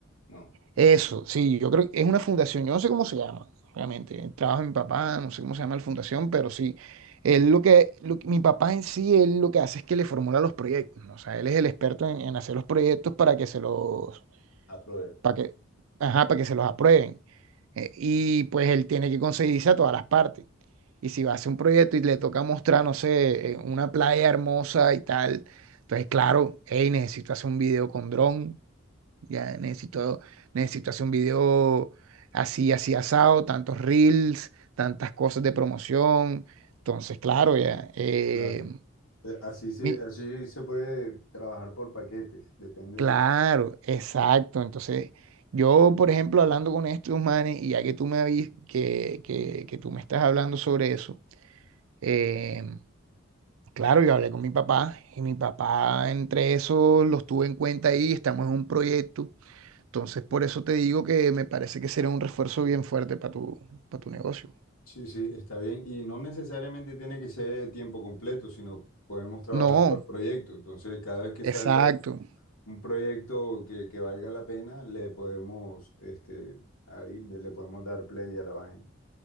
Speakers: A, on the left; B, on the right.
A: No,
B: Eso, sí, yo creo que es una fundación, yo no sé cómo se llama, obviamente, el trabajo de mi papá, no sé cómo se llama la fundación, pero sí, él lo que, lo que- mi papá en sí, él lo que hace es que le formula los proyectos, ¿no? O sea, él es el experto en, en hacer los proyectos para que se los,
A: aprobé.
B: para que, ajá, para que se los aprueben. Eh, y pues él tiene que conseguirse a todas las partes. Y si va a hacer un proyecto y le toca mostrar, no sé, eh, una playa hermosa y tal, entonces, claro, hey, necesito hacer un video con dron. Ya necesito, necesito hacer un video así, así asado, tantos reels, tantas cosas de promoción. Entonces, claro, ya. eh,
A: Claro. Eh, Así se,
B: mi-
A: así se puede trabajar por paquetes, depende
B: claro,
A: del
B: exacto. Entonces, yo, por ejemplo, hablando con estos manes, y ya que tú me avis- que, que, que tú me estás hablando sobre eso, eh, claro, yo hablé con mi papá, y mi papá, entre esos, los tuve en cuenta ahí, estamos en un proyecto. Entonces, por eso te digo que me parece que sería un refuerzo bien fuerte para tu, para tu negocio.
A: Sí, sí, está bien. Y no necesariamente tiene que ser tiempo completo, sino podemos trabajar
B: No,
A: por proyecto. Entonces, cada vez que
B: exacto,
A: salga un proyecto que, que valga la pena, le podemos, este, ahí de- le podemos dar play a la vaina.